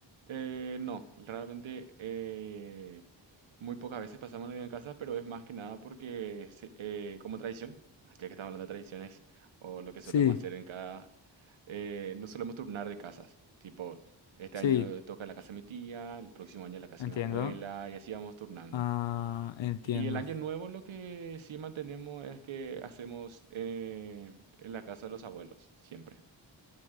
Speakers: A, on the right; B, on the left.
A: Eh, no, realmente eh, muy pocas veces pasamos Navidad en casa, pero es más que nada porque se- eh, como tradición, ya que estamos hablando de tradiciones o lo que solemos
B: Sí,
A: hacer en cada, eh, nos solemos turnar de casas. Tipo, este
B: sí,
A: año toca la casa de mi tía, el próximo año la casa
B: entiendo.
A: de mi abuela y así vamos turnando.
B: Ah, entiendo.
A: Y el año nuevo lo que sí mantenemos es que hacemos eh, en la casa de los abuelos, siempre.